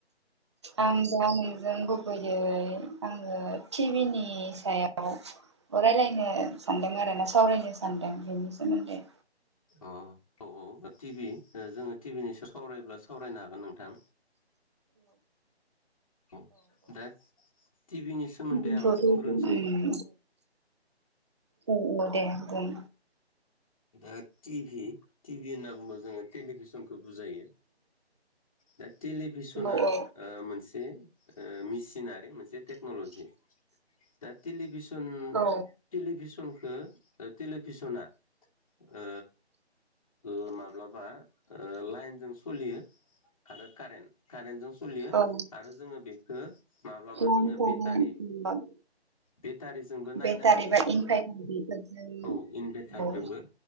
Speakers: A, on the right; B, on the left.
A: आं दा नोंजों गुबुबैयै आङो टिभि नि सायाव रायलायनो सानदों आरो ना सावरायनो सान्दों बेनि सोमोन्दै
B: अ औ औ टिभि जोङो टिभिनि सो सावरायोब्ला सावरायनो हागोन नोंथां। औ दे टिभिनि सोमोन्दै
A: उम
B: आं एसे बुंग्रोनोसै
A: औ औ दे बुं
B: दा टिभि टिभि होनना बुङोबा जोङो टेलिभिसनखौ बुजायो। दा टेलिभिसना
A: औ औ
B: ओ मोनसे ओ मेसिनारि मोनसे टेक्न'ल'जि दा टेलिभिसन
A: औ
B: टेलिभिसनखौ टेलिभिसना ओ ओ माब्लाबा लाइनजों सलियो आरो कारेन्ट कारेन्टजों सोलियो
A: औ
B: आरो जोङो बेखौ माब्लाबा
A: लाइन
B: जोङो
A: कारेन्ट
B: बेटारि बेटारिजोंबो नायनो
A: बेटारि
B: हायो
A: बा इनभाइटार बेफोरजों
B: औ इनभेरटारजोंबो।